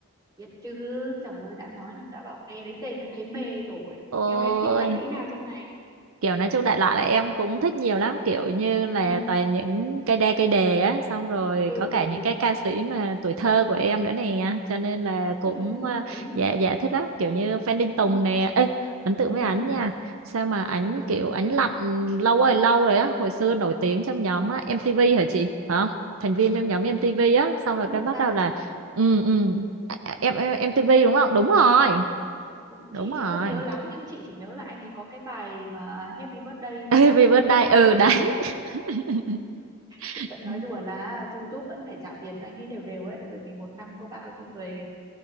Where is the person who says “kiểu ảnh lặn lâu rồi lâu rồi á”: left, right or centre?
Right